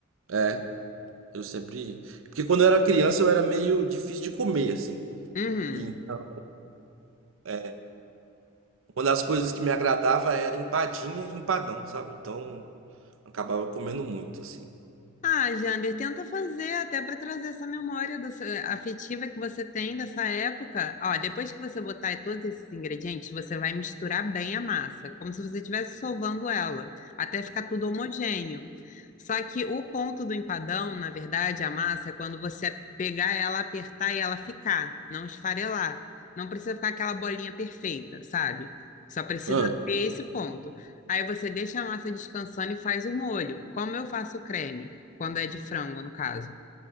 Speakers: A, on the right; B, on the left.
A: é, eu sempre, porque quando eu era criança eu era meio difícil de comer assim.
B: Uhum.
A: Então é, Uma das coisas que me agradava era empadinha e empadão, sabe? Então, acabava comendo muito, assim.
B: Ah, Jander, tenta fazer até para trazer essa memória dessa- eh, afetiva que você tem dessa época. Ó, depois que você botar todos esses ingredientes, você vai misturar bem a massa, como se você estivesse solvando ela, até ficar tudo homogêneo. Só que o ponto do empadão, na verdade, a massa, é quando você pegar ela, apertar e ela ficar, não esfarelar. Não precisa ficar aquela bolinha perfeita, sabe? Só precisa
A: Hum,
B: ter esse ponto. Aí você deixa a massa descansando e faz o molho. Como eu faço o creme? quando é de frango, no caso.